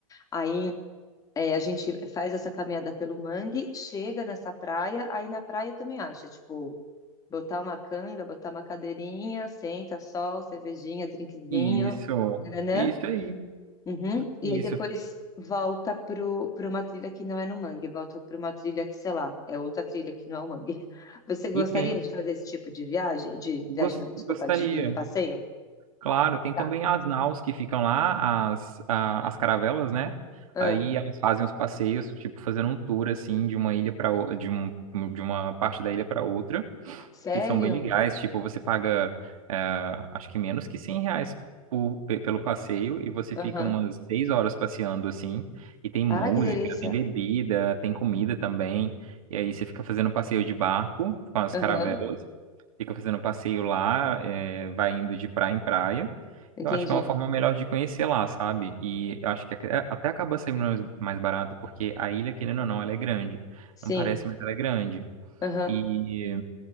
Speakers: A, on the left; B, on the right.
A: Aí é, a gente faz essa caminhada pelo mangue, chega nessa praia, aí na praia também acha, tipo, botar uma canga, botar uma cadeirinha, senta, sol, cervejinha, drinkzinho,
B: Isso.
A: nananã.
B: Isso aí.
A: Uhum.
B: Isso.
A: E aí depois volta pro, pra uma trilha que não é no mangue, volta para uma trilha que, sei lá, é outra trilha que não é o mangue. <laughs> Você gostaria
B: E tem.
A: de fazer esse tipo de viagem? De
B: gos-
A: viagem não, desculpa,
B: gostaria.
A: de passeio?
B: Claro, tem
A: Tá.
B: também as naus que ficam lá, as, a- as caravelas, né?
A: Ah,
B: Aí elas fazem os passeios, tipo, fazendo um tour assim de uma ilha para de um, de uma parte da ilha para outra,
A: sério?
B: que são bem legais. Tipo, você paga, eh, acho que menos que 100 reais por, pe- pelo passeio e você
A: Aham.
B: fica umas seis horas passeando assim. E tem música,
A: Ah, que delícia.
B: tem bebida, tem comida também. E aí você fica fazendo passeio de barco com as
A: Aham,
B: caravelas fica fazendo passeio lá, é, vai indo de praia em praia.
A: entendi.
B: Eu acho que é uma forma melhor de conhecer lá, sabe? E eu acho que até até acaba sendo mais mais barato, porque a ilha, querendo ou não, ela é grande.
A: Sim.
B: Não parece, mas ela é grande.
A: Aham.
B: E